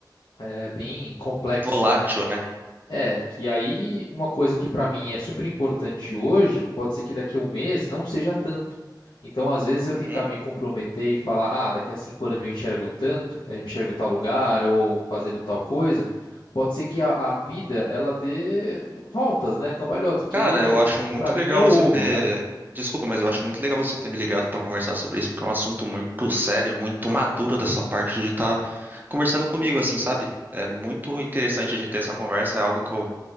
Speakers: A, on the left; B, on the right.
A: é, bem complexo,
B: Volátil,
A: né?
B: né?
A: É, que aí uma coisa que pra mim é super importante hoje, pode ser que daqui a um mês não seja tanto. Então, às vezes eu
B: Uhum.
A: tentar me comprometer e falar, ah, daqui a cinco anos eu me enxergo tanto, eh, me enxergo em tal lugar ou fazendo tal coisa, pode ser que a, a vida ela dê voltas, né, cambalhotas, porque
B: Cara, eu acho muito
A: pra mim
B: legal
A: é o
B: você
A: ovo,
B: ter.
A: né?
B: Desculpa, mas eu acho muito legal você ter me ligado pra conversar sobre isso, porque é um assunto muito sério, e muito maduro da sua parte de estar conversando comigo, assim, sabe? É muito interessante de ter essa conversa, é algo que eu